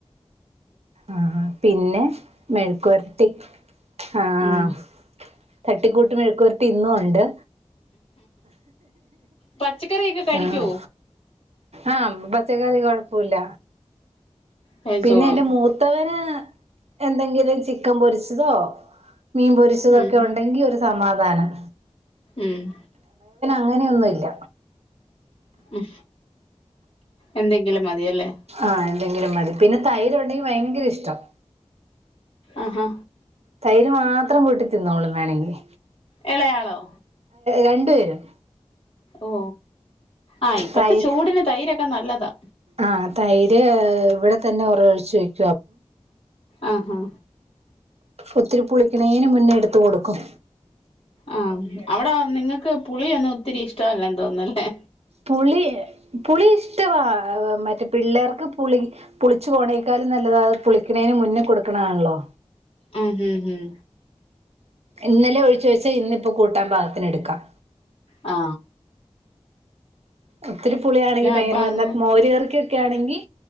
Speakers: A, on the right; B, on the left.
A: ആഹ പിന്നെ മെഴക്കുരത്തി ആഹ്
B: ഉം
A: തട്ടിക്കൂട്ട് മിഴക്കൂരട്ടി ഇന്നും ഉണ്ട്
B: പച്ചക്കറിയൊക്കെ കഴിക്കുവോ
A: ആഹ് ആഹ് പച്ചക്കറി കൊഴപ്പല്ല
B: കഴിച്ചോളും
A: പിന്നെ എന്റെ മൂത്തവന് എന്തെങ്കിലും ചിക്കൻ പൊരിച്ച് തോ മീൻ പൊരിച്ചതൊക്കെ
B: ഉം
A: ഉണ്ടെങ്കി
B: ഉം
A: ഒരു സമാധാനം
B: ഉം
A: അങ്ങനെയൊന്നുമല്ല
B: ഉം എന്തെങ്കിലും മതിയല്ലേ
A: ആഹ് എന്തെങ്കിലും മതി പിന്നെ തൈര് ഉണ്ടെങ്കിൽ ഭയങ്കര ഇഷ്ടം
B: ആഹാ
A: തൈര് മാത്രം കൂട്ടി തിന്നോളും വേണമെങ്കിൽ
B: ഇളയാളോ
A: രണ്ടു പേരും
B: ഓ ആ ഇപ്പത്തെ
A: തൈര്
B: ചൂടിന് തൈരൊക്കെ നല്ലതാ
A: ആഹ് തൈര് ഇവിടെ തന്നെ ഉറ ഒഴിച്ചു വയ്ക്കും
B: ആ ഹാ
A: ഒത്തിരി പുളിക്കണേന് മുന്നേ എടുത്ത് കൊടുക്കും
B: ആ അവിടെ നിങ്ങക്ക് പുളിയൊന്നും ഒത്തിരി ഇഷ്ടല്ല തോന്നല്ലേ
A: പുളി പുളി ഇഷ്ടവാ മറ്റേ പിള്ളേർക്ക് പുളി പുളിച്ചു പോണേക്കാ നല്ലതത് പുളിക്കണേന് മുന്നേ കൊടുക്കണാണല്ലോ
B: ഉം ഉം
A: ഇന്നലെ ഒഴിച്ചു വഴച്ച് ഇന്നിപ്പോ കൂട്ടാൻ പാകത്തിന് എടുക്കാം
B: ആ
A: ഒത്തിരി പുളിയാണെങ്കിൽ ഭയങ്കരന്താ
B: അപ്പൊ അങ്ങ്
A: മോര്കർക്ക് ക്ക ആണെങ്കിൽ